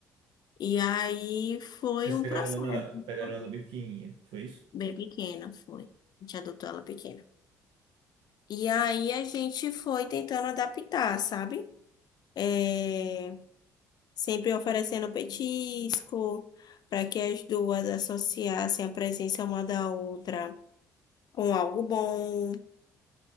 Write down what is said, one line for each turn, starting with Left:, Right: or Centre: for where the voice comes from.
Left: E aí foi
Right: Vocês
Left: um
Right: pegaram
Left: processo,
Right: ela, pegaram
Left: sabe?
Right: ela bem pequenininha, foi isso?
Left: Bem pequena foi. A gente adotou ela pequena. E aí a gente foi tentando adaptar, sabe? É, Sempre oferecendo petisco para que as duas associassem a presença uma da outra com algo bom.